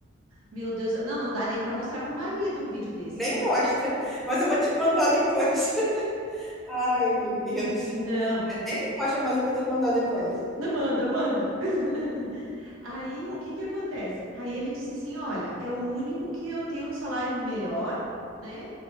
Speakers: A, on the right (about 80°); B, in the centre.
A: meu Deus. Não, não dá nem pra mostrar pro marido um vídeo desse.
B: Nem mostra, <laughs> mas eu vou te mandar depois. <laughs> Ai, meu Deus.
A: Não,
B: Nem mostra, mas eu vou te mandar depois.
A: não manda, manda. <laughs> Aí o que que acontece? Aí ele disse assim: Olha, é o único que eu tenho um salário melhor, né?